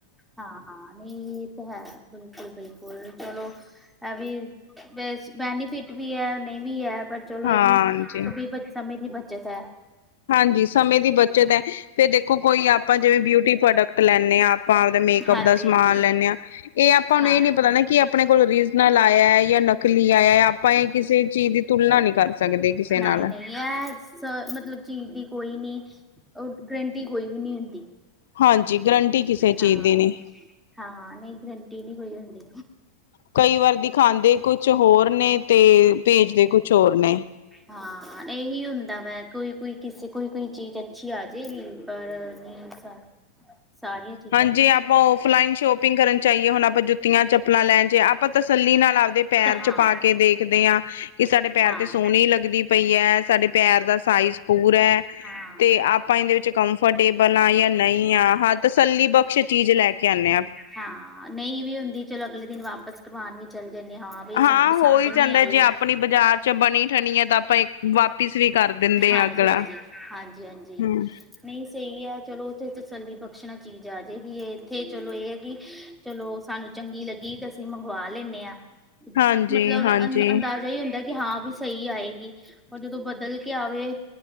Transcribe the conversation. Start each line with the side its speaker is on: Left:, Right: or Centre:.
Centre: ਹਾਂ ਹਾਂ ਨਹੀਂ ਇਹ ਤਾਂ ਹੈ ਬਿਲਕੁਲ ਬਿਲਕੁਲ ਚਲੋ ਹੈ ਵੀ ਬੈਨੀਫਿਟ ਵੀ ਹੈ ਨਹੀਂ ਵੀ ਹੈ ਪਰ ਚਲੋ
Left: ਹਾਂਜੀ
Centre: ਇਹਗੀ ਕ ਸਮੇਂ ਦੀ ਬੱਚਤ ਹੈ
Left: ਹਾਂਜੀ ਸਮੇਂ ਦੀ ਬੱਚਤ ਹੈ ਫੇਰ ਦੇਖੋ ਕੋਈ ਆਪ ਆਪਾਂ ਜਿਵੇਂ ਬਿਊਟੀ ਪ੍ਰੋਡਕਟ ਲੈਂਦੇ ਹਾਂ ਆਪਾਂ ਆਪਦਾ ਮੇਕਅਪ
Centre: ਹਾਂਜੀ
Left: ਦਾ ਸਮਾਨ
Centre: ਹਾਂਜੀ
Left: ਲੈਂਦੇ ਹਾਂ ਇਹ ਆਪ ਆਪਾਂ
Centre: ਹਾਂ
Left: ਨੂੰ ਇਹ ਨ ਪਤਾ ਨਾ ਕਿ ਆਪਣੇ ਕੋਲ ਰੀਜਨਲ ਆਇਆ ਜਾਂ ਨਕਲੀ ਆਇਆ ਆਪਾਂ ਇਹ ਕਿਸੇ ਚੀਜ਼ ਦੀ ਤੁਲਨਾ ਨਹੀਂ ਕਰ ਸਕਦੇ ਕਿਸੇ
Centre: ਨਹੀਂ
Left: ਨਾਲ
Centre: ਨਹੀਂ ਇਹ ਸ ਮਤਲਬ ਚੀਜ਼ ਦੀ ਕੋਈ ਨੀ, ਉਹ ਗਰੰਟੀ ਕੋਈ ਵੀ ਨਹੀਂ ਹੁੰਦੀ
Left: ਹਾਂਜੀ, ਗਰੰਟੀ ਕਿਸੇ ਚੀਜ਼
Centre: ਹਾਂ
Left: ਦੀ ਨਹੀਂ
Centre: ਹਾਂ ਨਹੀਂ ਗਰੰਟੀ ਨਹੀ ਕੋਈ ਹੁੰਦੀ
Left: ਕਈ ਵਾਰ ਦਿਖਾਉਂਦੇ ਕੁਛ ਹੋਰ ਨੇ, ਤੇ ਭੇਜਦੇ ਕੁਛ ਹੋਰ ਨੇ
Centre: ਹਾਂ ਇਹੀ ਹੁੰਦਾ ਵਾ, ਕੋਈ -ਕੋਈ ਕਿਸੇ ਕੋਈ ਕੋਈ ਚੀਜ਼ ਅੱਛੀ ਆ ਜਾਏਗੀ ਪਰ ਨਹੀਂ ਅੱਛਾ। ਸਾਰੀਆਂ 'ਚ।
Left: ਹਾਂਜੀ। ਆਪਾਂ। ਔਫਲਾਈਨ। ਸ਼ੋਪਿੰਗ। ਕਰਨ। ਜਾਈਏ। ਹੁਣ। ਆਪਾਂ। ਜੁੱਤੀਆਂ। ਚੱਪਲਾਂ। ਲੈਣ। ਜ। ਆਪਾਂ। ਤਸੱਲੀ। ਨਾਲ। ਆਪਦੇ। ਪੈਰ
Centre: ਹਾਂ
Left: 'ਚ ਪਾ ਕੇ ਦੇਖਦੇ ਹਾਂ ਕਿ ਸਾਡੇ ਪੈਰ
Centre: ਹਾਂ
Left: ਤੇ ਸੋਹਣੀ ਲੱਗਦੀ ਪਈ ਹੈ। ਸਾਡੇ ਪੈਰ ਦਾ ਸਾਈਜ਼ ਪੂਰਾ ਹੈ।
Centre: ਹਾਂ
Left: ਤੇ ਆਪਾਂ ਇਹਦੇ ਵਿੱਚ ਕੰਫਰਟੇਬਲ। ਨਾ। ਜਾਂ। ਨਹੀਂ। ਆ। ਹਾਂ। ਤਸੱਲੀ। ਬਖਸ਼। ਚੀਜ਼। ਲੈ। ਕੇ। ਆਉਂਦੇ। ਹਾਂ।
Centre: ਹਾਂ। ਨਹੀਂ। ਵੀ। ਹੁੰਦੀ। ਚਲੋ। ਅਗਲੇ। ਦਿਨ। ਵਾਪਿਸ ਕਰਵਾਉਣ ਵੀ ਚੱਲ ਜਾਂਦੇ ਹਾਂ ਵੀ
Left: ਹਾਂ।
Centre: ਸਾਨੂੰ ਪਸੰਦ
Left: ਹੋ। ਹੀ।
Centre: ਨਹੀਂ
Left: ਜਾਂਦਾ।
Centre: ਆਈ
Left: ਜੇ। ਆਪਣੀ। ਬਾਜ਼ਾਰ। ਚ। ਬਣੀ। ਠਣੀ। ਹੈ। ਤਾਂ। ਆਪਾਂ। ਵਾਪਿਸ। ਵੀ ਕਰ ਦਿੰਦੇ
Centre: ਹਾਂਜੀ-ਹਾਂਜੀ।
Left: ਆ ਅਗਲਾ
Centre: ਹਾਂਜੀ-ਹਾਂਜੀ।
Left: ਹਮ
Centre: ਨਹੀਂ। ਸਹੀ। ਹੈ। ਚਲੋ। ਉੱਥੇ। ਤਸੱਲੀ। ਬਖਸ਼ਣਾ। ਚੀਜ਼। ਆ। ਜਾਏਗੀ। ਇੱਥੇ। ਚਲੋ। ਇਹ। ਹੈ। ਕਿ। ਚਲੋ। ਸਾਨੂੰ। ਚੰਗੀ। ਲੱਗੀ। ਤੇ। ਅਸੀਂ। ਮੰਗਵਾ। ਲੈਂਦੇ। ਹਾਂ।
Left: ਹਾਂਜੀ
Centre: ਮਤਲਬ।
Left: ਹਾਂਜੀ
Centre: ਅ। ਅੰਦਾਜ਼ਾ। ਇਹੀ। ਹੁੰਦਾ। ਕਿ। ਹਾਂ। ਵੀ। ਸਹੀ। ਆਏਗੀ। ਪਰ। ਜਦੋਂ। ਬਦਲ। ਕੇ। ਆਵੇ।